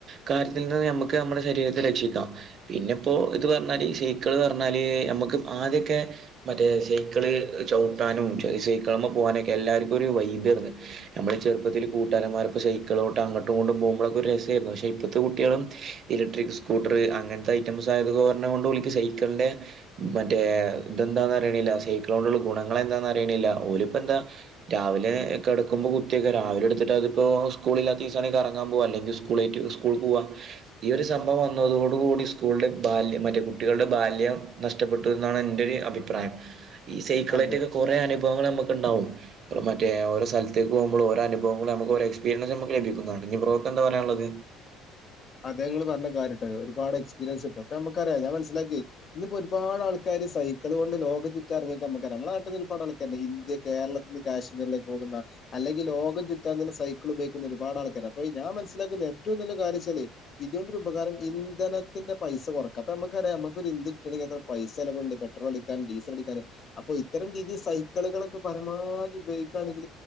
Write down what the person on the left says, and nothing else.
അതെ
അദ്ദേ ങ്ങൾ പറഞ്ഞ കാര്യട്ടെ ഒരുപാട്. എക്സിപീരിയൻസിണ്ട് അപ്പൊ ഞമ്മക്കറിയ ഞാൻനസ്സിലാക്കി ഇന്ന് പ്പോ ഒരുപാട് ആൾക്കാര് സൈക്കിള്ളോണ്ട്‌ ലോകം ചുറ്റാൻ ഇറങ്ങീക്ക അമ്മക്കറിയ. നമ്മളുടെ നാട്ടന്ന് ഒരുപാട്ൾക്കാരെണ്ട്‌ ഇന്ത്യ കേരളത്തിൽ നിന്ന് കാശ്മീരിലേക്ക് പോകുന്ന അല്ലെങ്കിൽ ലോകം ചുറ്റാൻതന്നെ സൈക്കിളും. ഉപയോക്കുന്ന ഒരുപാട് ആൾക്കാര് അപ്പ ഞാ മനസ്സിലാക്കുന്ന ഏറ്റവും നല്ല കാര്യച്ചാല്. ഇതൊണ്ടരുപകാരം ഇന്ധനത്തിന്റെ പൈസ കുറക്ക അപ്പൊ നമുക്കറാം നമുക്കൊരു ഇന്ത്യ കിട്ടണെങ്കിൽത്ര പൈസ ലവുണ്ട്. പെട്രോൾ അടിക്കാനും ഡീസൽ അടിക്കാനും അപ്പൊ ഇത്തരം രീതിയിൽ സൈക്കിൾ കളൊക്കെ പരമാതി ഉപയോഗിക്ക കാണേൽ.